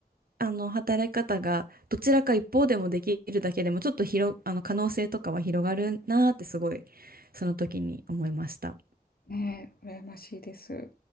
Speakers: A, on the right; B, on the left.
A: あの働き方がどちらか一方でもできるだけでもちょっと広、あの可能性とかは広がるなーってすごいその時に思いました。
B: う、ね、羨ましいです。